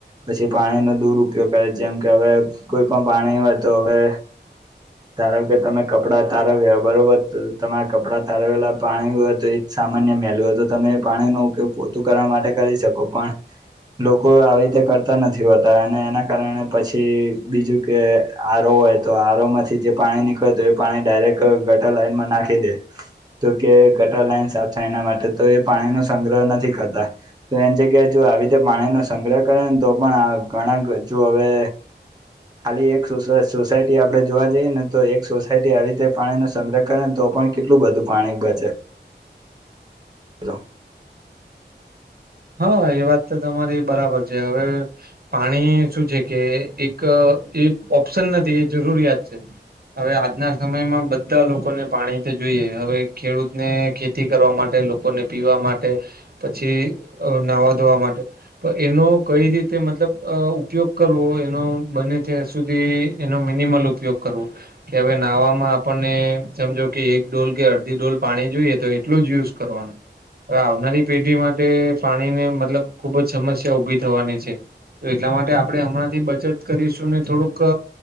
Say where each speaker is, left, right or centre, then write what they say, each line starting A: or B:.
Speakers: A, on the right; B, on the right.
A: પછી પાણીનો દુરુપયોગ કરે જેમ કે હવે કોઈ પણ પાણી હોય તો હવે ધારો કે તમે કપડા તારા વવ બરોબર તમારા કપડાં તારવેલા પાણી હોય તો એ જ સામાન્ય મેલું તો તમે પાણી નો ઉપયોગ પો ત કરવા માટે કરી શકો પણ લોકો આવી રીતે કરતા નથી હોતા અને એના કારણે પછી બીજુ કે આરો હોય તો આરો માંથી જે પાણી નીકળત હો એ પાણી ડાયરેક્ટ ગટા લાઈનમાં નાખી દે તો કે ગટર લાઈન સાફ થાય એના માટે તો એ પાણીનોો સંગ્રહ નથી કરતા- તો એની જગ્યાએ જો આવી રીતે પાણીનોો સંગ્રહ કરે ને તો પણ ઘણા જો હવે. ખાલી એક સોસાયટી આપડે જોવા જઈએ ને તો એક સોસાયટી આવી તે પાણીનોો સંગ્રહ કરે ને તો પણ કેટલું બધું પાણી બચે હલો
B: હા એ વાત તો તમારી બરાબર છે, હવે પાણી શું છે કે એક એ ઓપ્શન નથી એ જરૂરિયાત છે. હવે આજના સમયમાં બધા લોકોને પાણીથી જોઈએ હવે ખેડૂતને ખેતી કરવા માટે લોકોને પીવા માટે પછી નાહવા ધોવા માટે પણ એનો કઈ રીતે મતલબ ઉપયોગ કરવો એનો બને ત્યાં સુધી એનો મિનિમલ ઉપયોગ કરવો કે હવે નાહવામાં આપણને સમજો કે એક ડોલ કે અડધી ડોલ પાણી જોઈએ તો એટલું જ યુઝ કરવાનુ હવે આવનારી પેઢી માટે પાણીની મતલબ ખુબ જ સમસ્યા ઉઊભી થવાની છે. તો એટલા માટે આપણે હમણાં થી બચત કરીશું ને થોડુંક